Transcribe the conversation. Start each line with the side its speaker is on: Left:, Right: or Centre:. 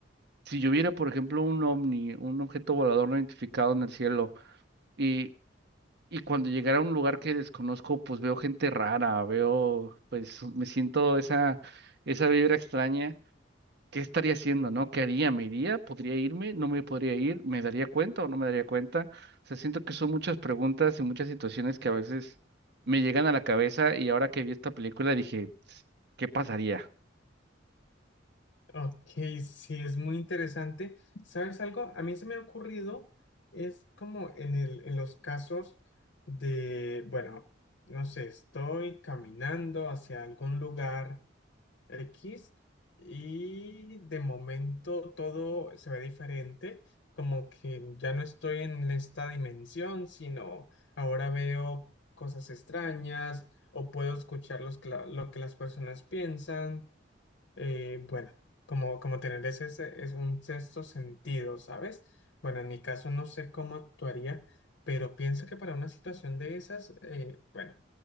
Right: si yo viera, por ejemplo, un ovni, un objeto volador no identificado en el cielo, y, y cuando llegara a un lugar que desconozco, pues veo gente rara, veo, pues me siento esa, esa vibra extraña. ¿Qué estaría haciendo, no? ¿Qué haría? ¿Me iría? ¿Podría irme? ¿No me podría ir? ¿Me daría cuenta o no me daría cuenta? O sea, siento que son muchas preguntas y muchas situaciones que a veces me llegan a la cabeza y ahora que vi esta película dije, "Tss, ¿qué pasaría?
Left: Ok, sí, es muy interesante. ¿Sabes algo? A mí se me ha ocurrido, es como en el, en los casos de, bueno, no sé, estoy caminando hacia algún lugar X y de momento todo se ve diferente, como que ya no estoy en esta dimensión, sino ahora veo cosas extrañas o puedo escuchar los cla- lo que las personas piensan eh, bueno, como, como tener ese se- es un sexto sentido, ¿sabes? Bueno, en mi caso no sé cómo actuaría, pero pienso que para una situación de esas, eh, bueno,